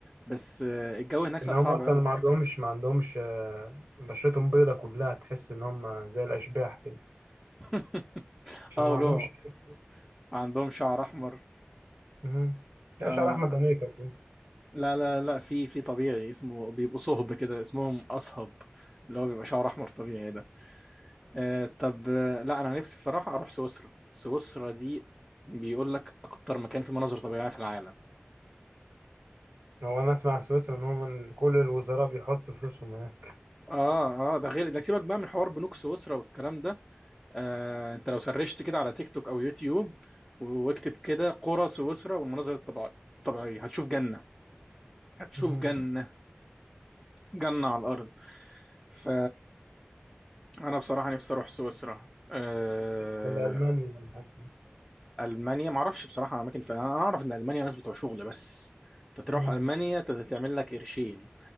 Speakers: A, in the centre; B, on the right.
A: بس آه، الجو هناك
B: ان
A: لا
B: هم
A: صعب
B: اصلا
A: قوي
B: ما عندهمش ما عندهمش آه، بشرتهم بيضة كلها تحس ان هم زي الاشباح كده
A: <laughs>
B: عشان
A: اه
B: ما
A: ولو
B: عندهمش تحسس
A: عندهم شعر احمر
B: مهم. لا
A: آه
B: شعر احمد امريكا يكون
A: لا لا لا في في طبيعي اسمه بيبقوا صهب كده اسمهم اصهب اللي هو بيبقى شعر احمر طبيعي ده آه طب آه، لا انا نفسي بصراحه اروح سويسرا سويسرا دي بيقول لك اكتر مكان فيه مناظر طبيعيه في العالم
B: هو انا اسمع سويسرا ان هم من- كل الوزراء بيحطوا فلوسهم هناك
A: اه اه ده غير ده سيبك بقى من حوار بنوك سويسرا والكلام ده آه انت لو سرشت كده على تيك توك او يوتيوب و- واكتب كده قرى سويسرا والمناظر الطبيعيه الطبيعيه هتشوف جنه هتشوف
B: مهم.
A: جنه جنه على الارض ف انا بصراحه نفسي اروح سويسرا أه...
B: ولا المانيا ولا حاجه
A: المانيا ما اعرفش بصراحه اماكن فيها انا اعرف ان المانيا ناس بتوع شغل بس انت تروح
B: مم.
A: المانيا ت- تعمل لك قرشين